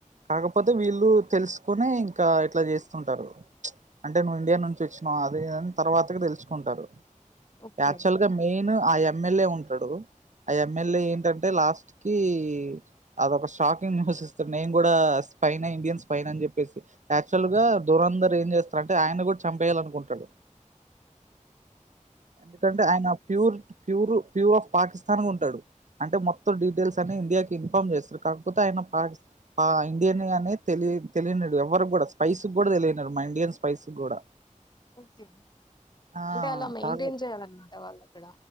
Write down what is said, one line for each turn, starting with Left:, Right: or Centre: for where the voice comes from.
Right: కాకపోతే వీళ్ళు తెలుసుకునే ఇంకా ఇట్లా చేస్తుంటారు ప్చ్ అంటే నువ్వు ఇండియా నుంచి వచ్చినావా అదిని తర్వాత తెలుసుకుంటారు
Left: ఓకే
Right: యాక్చువల్ గా మెయిన్ ఆ ఎమ్మెల్యే ఉంటు ఆ ఎమ్మెల్యే ఏంటంటే లాస్ట్ కి అదొక షాకింగ్ న్యూస్ ఇస్తడు నేను కూడా స్పైన్ ఇండియన్ స్ పన్ అని చెప్పేసి యాక్చువల్ గా దూరంధర్ ఏం చేస్తారు అంటే ఆయన కూడా చంపేయాల అనుకుంటాడు ఎందుకంటే ఆయన pure pure pure of Pakistan ఉంటాడు అంటే మొత్తం డీటెయిల్స్ అన్ని ఇండియాకి చేస్తారు కాకపోతే ఆయన పా ఇండియన్ అనే తెలి తెలియనడు ఎవరి కూడా స్పైస్ కూడా తెలియనడు మా ఇండియన్ స్పైస్ కూడా
Left: ఓకే
Right: ఆ
Left: అంటే అలా మెయింటైన్
Right: కాదు
Left: చేయాలన్నమాట వాళ్ళు ఇక్కడ